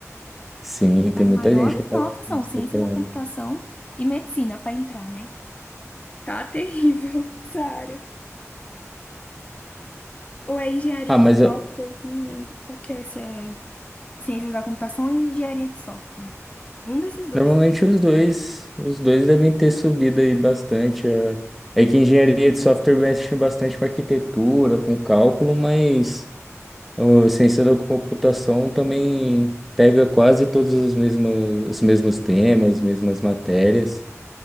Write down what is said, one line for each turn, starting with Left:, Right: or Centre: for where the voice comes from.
Centre: sim, tem
Left: As
Centre: muita
Left: maiores
Centre: gente que tá
Left: notas são ciência
Centre: procurando.
Left: da computação e medicina para entrar, né? Tá terrível <laughs> essa área. Ou é engenharia
Centre: Ah, mas
Left: de software,
Centre: ah,
Left: não lembro qual que é, se é ciências da computação ou engenharia de software. Um desses dois.
Centre: normalmente os dois, os dois devem ter subido aí bastante. ah. É que engenharia de software mexe bastante com arquitetura, com cálculo, mas Então, A ciência da computação também pega quase todos os mesmos, os mesmos temas, as mesmas matérias.